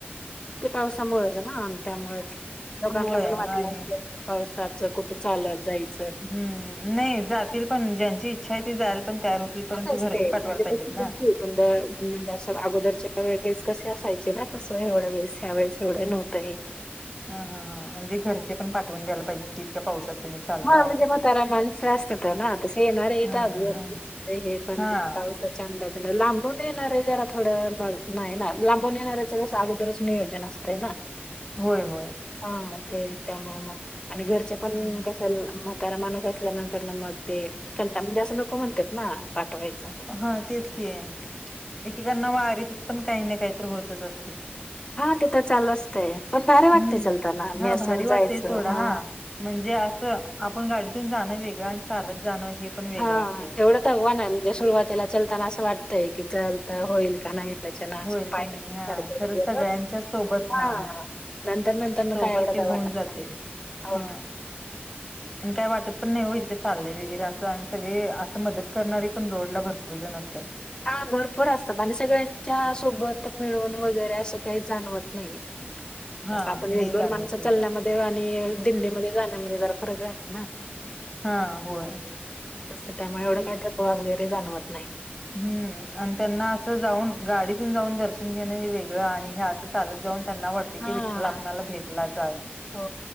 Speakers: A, on the left; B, in the centre.
A: ते पावसामुळेच आहे ना त्यामुळेच लोकांना
B: होय
A: पण
B: आणि
A: वाटलं अस पावसाच कुठं चालत जायच.
B: हम्म नाही जातील पण ज्यांची इच्छा आहे ती जायला पण तयार होतील. परंतु
A: असते
B: घरचे पाठवायला
A: म्हणजे
B: पाहिजेत ना
A: क म्हणजे असं अगोदरच्या वेळेस कसे असायचे ना तसं एवढ्या वेळेस ह्या वेळेस एवढ्या नव्हत, तही.
B: ह ह हां म्हणजे घरचे पण पाठवून द्याला पाहिजेत की इतक्या पावसात. तुम्ही चाललाय.
A: ह म्हणजे मग करायला माणसं असत तर ना तसे येणार येत
B: हा हा हा.
A: हे पण
B: हा
A: पाऊसात. चांगल लांबून येणार आहे जरा थोडं नाही ना लांबून येणार आहे त्या अगोदरच नियोजन असतय ना
B: होय होय.
A: हा ते त्या आणि घरच्या पण
B: हम्म.
A: क म्हातारा माणूस असल्यानंतर ना मग ते कंटा म्हण जा असं नको म्हणतात ना पाठवायच.
B: हा तेच की आहे एकी कडण वारीत पण काही ना काहीत होतच असते.
A: हा तिथं चालू असतय पण भार वाटते
B: हम्म.
A: चलताना
B: हा
A: मी असं
B: भारी वाटतेय
A: जायचं
B: सोडा
A: हा.
B: म्हणजे असं आपण गाडीतून जाणं वेगळं आणि चालत जाणं हे पण वेगळं
A: हा
B: असते.
A: एवढं तर हवा ना म्हणजे सुरुवातीला चलताना असं वाटतंय की चालता होईल का नाही. त्याच्यान
B: होईल
A: पाय
B: का नाही
A: दुखतात
B: हा खरंच सगळ्यांच्या सोबत हा
A: नंतर न
B: सोबत
A: काय एवढं
B: ते
A: काय
B: होऊन
A: वाटत
B: जाते
A: नाही हो
B: ह.
A: ना
B: आणि काय वाटत पण नाही हो इतकं चाललंय वगैरे असं आणि सगळे असं मदत करणारे पण रोडला भरपूर जण असतात.
A: हा भरपूर असतात आणि सगळ्यांच्या सोबत मिळून वगैरे असं काही जाणवत नाही.
B: <inaudible>
A: आपण
B: नाही
A: एक, दोन
B: जाणवत
A: माणस
B: ते
A: चलण्यामध्ये
B: काय
A: आणि दिंडीमध्ये जाण्यामध्ये जरा फरक राहतो ना.
B: हा होय
A: तस त्यामुळे एवढं
B: तेच
A: काही थकवा वगैरे जाणवत नाही.
B: हम्म आणि त्यांना असं जाऊन गाडीतून जाऊन दर्शन घेणं हे वेगळं आणि हे असं चालत जाऊन त्यांना वाटत.
A: हा
B: की विठ्ठल आपल्याला भेटलाच आज.
A: हो